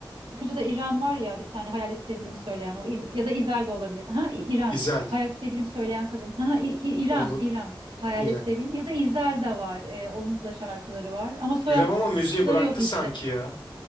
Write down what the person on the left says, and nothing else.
İzel
olur
İrem.
İrem ama müziği bıraktı
sanki ya.